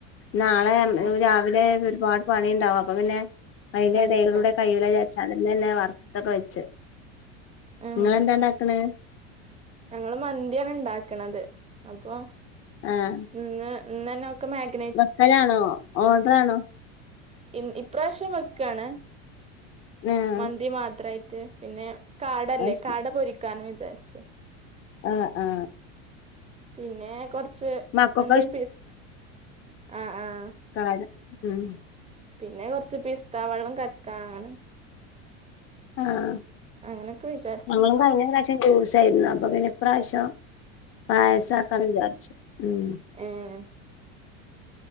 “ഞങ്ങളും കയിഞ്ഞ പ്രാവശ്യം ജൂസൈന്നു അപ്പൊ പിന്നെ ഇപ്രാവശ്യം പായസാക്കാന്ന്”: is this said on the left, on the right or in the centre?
Left